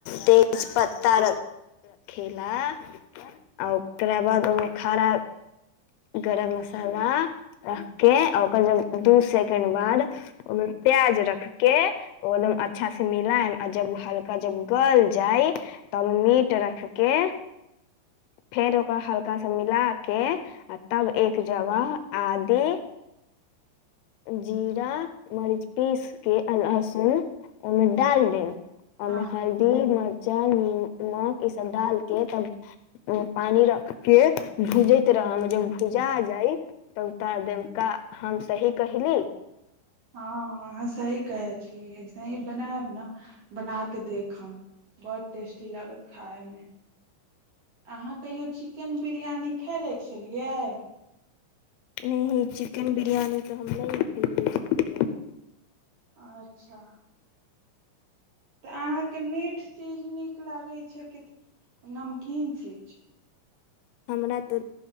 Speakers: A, on the left; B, on the right.
A: तेज पत्ता रखेला आ ओकरा बाद ओहिमे खरा गरम मसाला रख के आ ओकर जब दू सेकें्ड बाद ओमे प्याज रखके ओमे अच्छा से मिलाायम आ जब हल्का जब गल जाय तब मीट रखके फेर ओकरा हल्का सा मिला के तब एक जगह आदि जीरा मरीच पीस के लहसुन ओहिमे डाल दे ओहिमे
B: हँ
A: हल्दी मर्चा निीममक ई सब डालके तब पानी रख के भुजे ित्र मे जब भूजा जाय तब उतार देवका हम सही कहली
B: हँ अहाँ सही कहै छी ऐसे ही बनायब ने बना कऽ देखब बड ी लागत खाायमे अहाँ कहियो चिकेन बिरियानी खा ले छलियै
A: नहि चिकेन बिरयानी तऽ हम नहि उठेबै छी कहबू
B: अच्छा तऽ अहाँके मीठ चीज नीक लागैत छै किु नमकीन चीज
A: हमरा तऽ